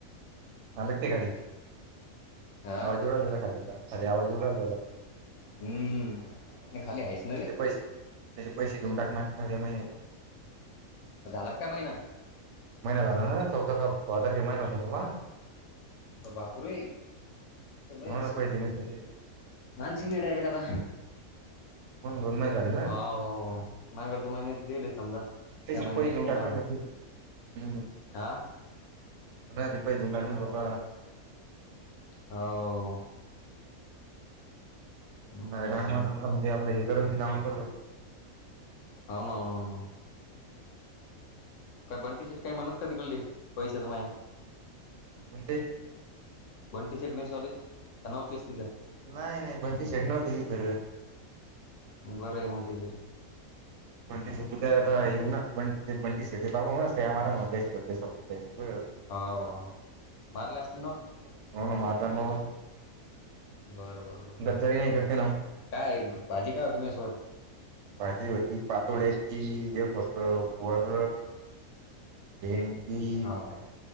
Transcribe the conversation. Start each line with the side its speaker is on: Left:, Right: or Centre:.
Right: आलं का ते खाली
Left: हा
Right: आवाज येऊ राहिला तेजा खाली आवाज येऊ राहिला तेजा.
Left: हम्म नाही खाली आहेच. ना रे
Right: त्याचे पैसे त्याचे पैसे देऊन टाकणार या महिन्या
Left: झाला काय महिना?
Right: महिना झाला ना चौदा का सोळा तारखेला महिना होतय बाबा.
Left: बापूरे! लयच
Right: म्हणून पैसे नाही तसे
Left: घाण सीन आहे आता!
Right: हो दोन महिने झाले. ना
Left: हो हो मागाच्या महिन्यात दिले समजा
Right: त्याचे
Left: या महिन्याचे
Right: पैसे देऊन
Left: पुन्हा
Right: टाकले
Left: आता
Right: ना ते हम्म
Left: आ!
Right: ना रिपाय देऊ लाग ना बाबा
Left: हो हम्म
Right: अर
Left: हम्म
Right: कारण
Left: हम्म
Right: मग म्हणजे आपलं हे करेल ते डाउनलड करेल
Left: अननन काय बंटी शेट काही म्हणत का तिकडडे पैसेच माय
Right: म्हे
Left: वंटी शेट मैसवाले कना होती अस तचा
Right: नाही नाही पण त ेड नव्हती तिथ
Left: बरय मगतरी
Right: बंटस गुता ये ना बनटस ते बाबा म आम म
Left: हो मारले असतील ना
Right: हो ना म बाबा
Left: बरं बरं बरं
Right: गद्दारी नाही करते ना
Left: काय भाजी काय अघ्नेश्वर
Right: भाजी होती पातोळ्याची जे फत वर भेंदी
Left: हो काय